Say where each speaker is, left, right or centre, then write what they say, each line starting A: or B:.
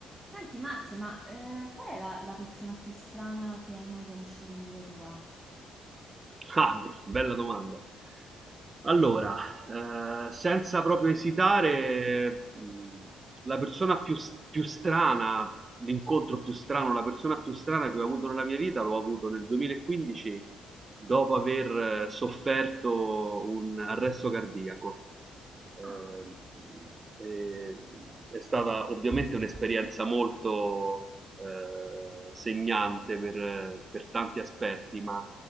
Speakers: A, on the right; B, on the right.
A: Senti Max, ma eh, qual è la, la persona più strana che hai mai conosciuto in vita tua?
B: Ah, bella domanda. Allora, eh, senza proprio esitare, mh, la persona più, s- più strana, l'incontro più strano, la persona più strana che ho avuto nella mia vita l'ho avuto nel 2015 dopo aver eh, sofferto un arresto cardiaco eh,
A: Ah,
B: e, è stata ovviamente un'esperienza molto eh, segnante per, per tanti aspetti, ma